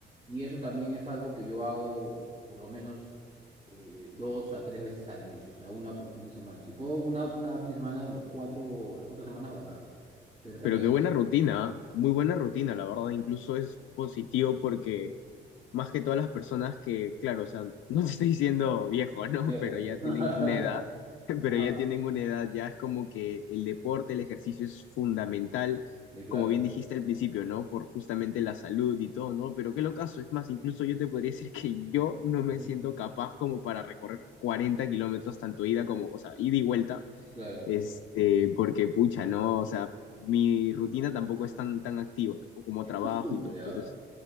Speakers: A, on the right; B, on the left.
A: Y eso también es algo que yo hago, por lo menos eh, dos a tres veces al mes, o sea, una por fin de semana. Si puedo una cada fin de semana, los cuatro, las cuatro semanas, bacán. Pero también
B: Pero qué buena rutina, ¿ah? muy buena rutina, la verdad. Incluso es positivo porque más que todas las personas que, claro, o sea, no te estoy diciendo viejo, ¿no?
A: viejo.
B: Pero ya
A: <laughs>
B: tienen una edad, <laughs> pero
A: Ajá,
B: ya tienen una edad, ya es como que el deporte, el ejercicio es fundamental,
A: sí, claro.
B: como bien dijiste al principio, ¿no? Por justamente la salud y todo, ¿no? Pero qué locazo, es más, incluso yo te podría decir que yo no me
A: Ujú,
B: siento capaz como para recorrer 40 kilómetros, tanto ida como, o sea, ida y vuelta
A: Claro.
B: este, porque pucha, ¿no? O sea, mi rutina tampoco es tan, tan activa, ¿no? Como
A: Es
B: trabajo
A: costumbre,
B: y todo, entonces,
A: ¿ah?